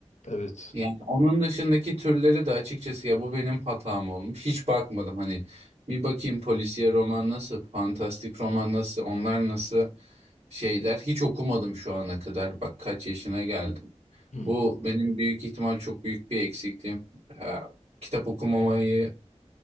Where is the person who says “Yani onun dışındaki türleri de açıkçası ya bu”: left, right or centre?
Right